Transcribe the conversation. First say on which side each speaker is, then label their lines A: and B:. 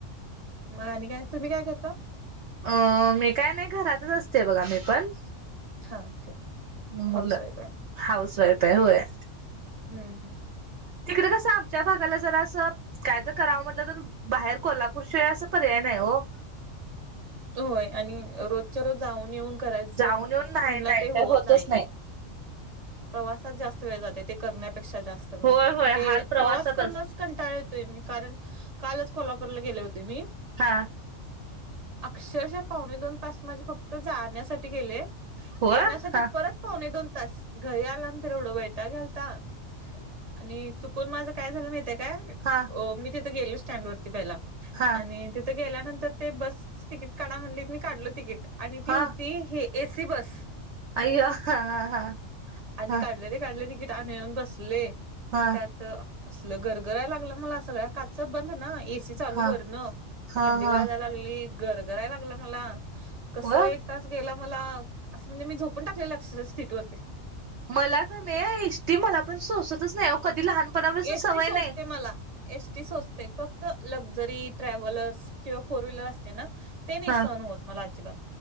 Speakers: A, on the right (about 30°); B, on the right (about 65°).
A: मग आणि काय? तुम्ही काय करता?
B: अ मी काय नाही. घरातच असते बघा मी पण.
A: हा ठीक आहे. म
B: मुलं
A: हाऊस वाईफ आहे.
B: हाऊस वाइफ हाय होय.
A: हम्म हम्.
B: तिकड कसं आमच्या भागाला जरा असं काय तर करावं म्हटलं तर बाहेर कोल्हापूर शिवाय अस पर्याय नाही आहे हो.
A: होय आणि रोज च्या रोज जाऊन येऊन करायचं
B: जाऊन येऊन नाही
A: म्हणलं
B: नाही
A: ते होत
B: होतच
A: नाही. प्रवासात जास्त वेळ जातेय. ते करण्यापेक्षा जास्त करून.
B: होय
A: मग
B: होय
A: ते
B: हाल प्रवासातच
A: प्रवास करूनच कंटाळ येतोय. मी कारण कालच कोल्हापूरला गेले होते मी.
B: हा.
A: अक्षरशः पावणे दोन तास माझे फक्त जाण्यासाठी गेले.
B: होय
A: येण्यासाठी
B: हा
A: परत हो नई दोन तास घरी आल्यानंतर एवढं वैताग यायलता -- आणि चुकून माझ काय झालं माहिताय काय
B: हा
A: अ मी तिथं गेलो स्टँड वरती पहिला
B: हा
A: आणि तिथ गेल्यानंतर ते बस तिकीट काढा म्हणलीत. मी काढलो तिकीट आणि ती
B: हा
A: होती हे एसी बस.
B: अय्या हा हा
A: आणि
B: हा
A: काढलं ते काढलं तिकीट त्या अन् येऊन बसलय
B: हा
A: त्यात त असलं गरगराय लागलं मला सगळ्या काच बंद ना एसी चालू
B: हा
A: वर न
B: हा
A: थंडी
B: हा
A: वाजायला लागली. गरगराय लागलं मला. कस
B: व
A: एक तास गेला मला असं म्हणजे मी झोपून टाकलेल अक्ष सीट वरती
B: मला का नाही इष्टी मला पण सोसतच नाही ओ कधी लहानपणापासून
A: एसटी
B: सवय
A: सोचते
B: नाही.
A: मला एसटी सोचते फक्त लक्झरी, ट्रॅव्हलर्स किंवा फोर व्हीलर असते ना? ते नाही
B: हा
A: सहन होत मला अजिबात.